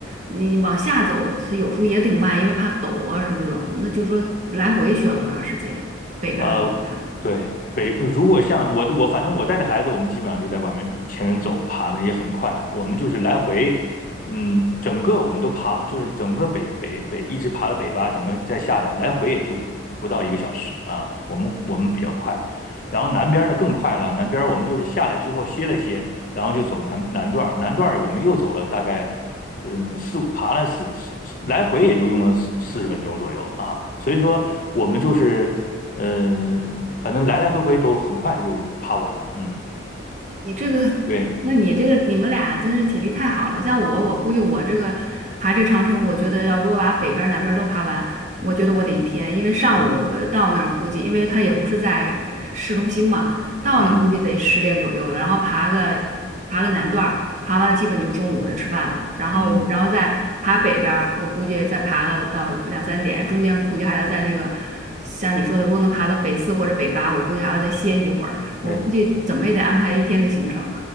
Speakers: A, on the right; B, on the left.
A: 你往下走，它有时候也挺慢，因为怕陡啊什么那种。那就说来回需要多长时间？北边儿和南边儿？
B: 呃，对，北，如果像我我反正我带着孩子，我们基本上就在外面前面走，爬的也很快。我们就是来回，嗯，整个我们都爬，就是整个北北北一直爬到北巴，整个再下来，来回也就不到一个小时啊。我们我们比较快，然后南边呢更快了，南边我们就是下来之后歇了歇，然后就走南南段南段我们又走了大概，嗯，四五爬了四四四来回也就用了四四十分钟左右啊，所以说我们就是，嗯、反正来来回回都很快的就爬完了，嗯，
A: 你这个，
B: 对，
A: 那你这个，你们俩真是体力太好了。像我，我估计我这个爬这长城，我觉得要如果把北边儿南边儿都爬完，我觉得我得一天，因为上午到那儿估计，
B: 嗯，
A: 因为他也不是在市中心嘛，到那儿估计得十点左右了，
B: 嗯
A: 然后爬个爬个南段儿，爬完了基本就中午就吃饭了，然后然后再爬北边儿，
B: 嗯，
A: 我估计再爬个到两三点，中间估计还要在那个像你说的，如果能爬到北四或者北八，我估计还要再歇一会儿。我估计怎么也得安排一天的行程。
B: 对。